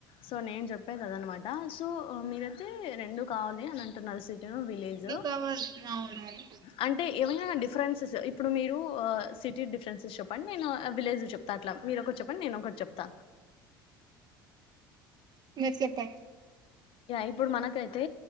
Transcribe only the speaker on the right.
కావాలి. అవునవును.
నువ్ చెప్ మే